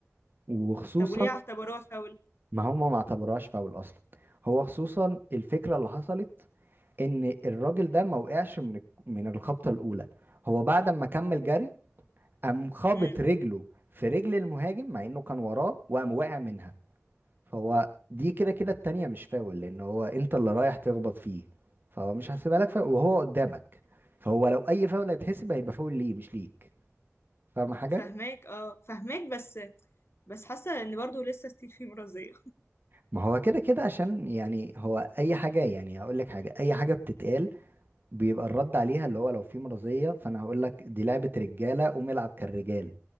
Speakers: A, on the right (about 45°); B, on the left (about 55°).
A: وخصوصا
B: طب وليه اعتبروها فاول
A: ما هما ما اعتبروهاش فاول أصلا هو خصوصا الفكرة اللي حصلت ان الراجل ده ما وقعش من من الخبطه الاولى هو بعد ما كمل جري قام خابط
B: امم
A: رجله في رجل المهاجم مع انه كان وراه وقام واقع منها فهو دي كده كده التانية مش فاول لان هو انت اللي رايح تخبط فيه فهو مش هحسبها لك فاول وهو قدامك فهو لو اي فاول هيتحسب هيبقى فاول ليه مش ليك فاهم حاجه
B: فهماك اه فهماك بس بس حاسة ان برضو لسه ستيل في مرضية
A: ما هو كده كده عشان يعني هو اي حاجه يعني هقول لك حاجه اي حاجه بتتقال بيبقى الرد عليها اللي هو لو في مرضية فانا هقول لك دي لعبة رجالة قوم العب كالرجال